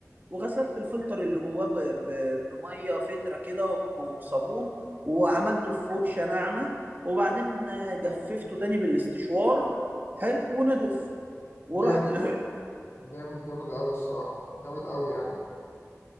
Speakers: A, on the right; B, on the left.
A: وغسلت الفلتر اللي جواه ب... ب... بميه فلتره كده وصابون وعملته في فرشه ناعمه وبعدين جففته تاني بالاستشوار حلو ونضف ورحت
B: جامد
A: <coughs>
B: جامد جامد قوي الصراحة جامد قوي يعني